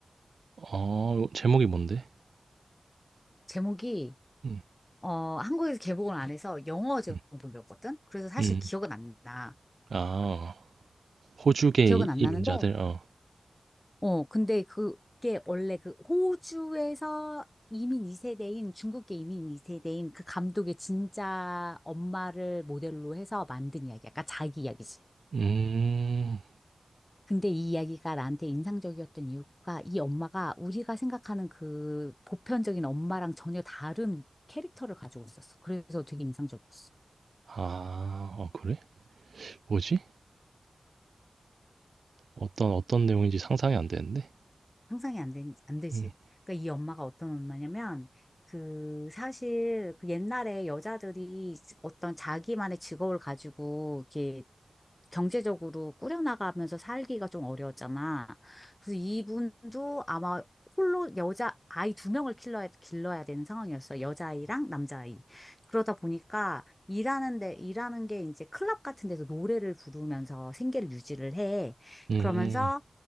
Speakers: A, on the right; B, on the left.
A: 어, 제목이 뭔데?
B: 제목이
A: 음,
B: 어, 한국에서 개봉을 안 해서 영어 제목이었거든?
A: 음,
B: 그래서 사실
A: 음.
B: 기억은 안 나.
A: 아, 호주계
B: 기억은 안
A: 이민자들,
B: 나는데,
A: 어.
B: 어, 근데 그게 원래 그 호주에서 이민 2세대인, 중국계 이민 2세대인 그 감독의 진짜 엄마를 모델로 해서 만든 이야기야. 그러니까 자기 이야기지.
A: 음.
B: 근데 이 이야기가 나한테 인상적이었던 이유가 이 엄마가 우리가 생각하는 그 보편적인 엄마랑 전혀 다른 캐릭터를 가지고 있었어. 그래서 되게 인상적이었어.
A: 아. 어 그래? 뭐지? 어떤 어떤 내용인지 상상이 안 되는데.
B: 상상이 안 되, 안 되지.
A: 음.
B: 그러니까 이 엄마가 어떤 엄마냐면 그 사실 그 옛날에 여자들이 어떤 자기만의 직업을 가지고 이렇게 경제적으로 꾸려나가면서 살기가 좀 어려웠잖아. 그래서 이분도 아마 홀로 여자 아이 두 명을 길러야, 길러야 되는 상황이었어. 여자아이랑 남자아이. 그러다 보니까 일하는데, 일하는 게 이제 클럽 같은 데서 노래를 부르면서 생계를 유지를 해.
A: 음.
B: 그러면서